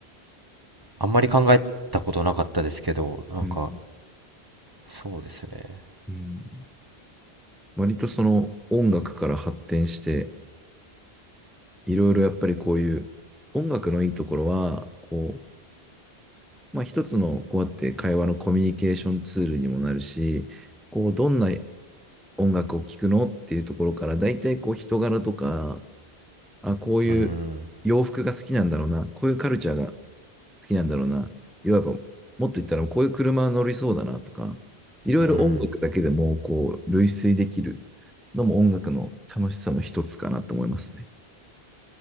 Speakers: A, on the right (about 25°); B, in the centre.
A: あんまり考えたことなかったですけどなんか
B: うん。
A: そうですね
B: うん割とその音楽から発展して、いろいろやっぱりこういう音楽のいいところは、こう、まあ一つのこうやって会話のコミュニケーションツールにもなるし、こう、どんな音楽を聴くのっていうところから、大体こう人柄とか、あ、こういう洋服が好きなんだろうな、
A: うん
B: こういうカルチャーが好きなんだろうな、いわばもっと言ったらこういう車乗りそうだなとか、いろいろ音楽だけでもこう類推できる
A: うん
B: のも音楽の楽しさの一つかなと思いますね。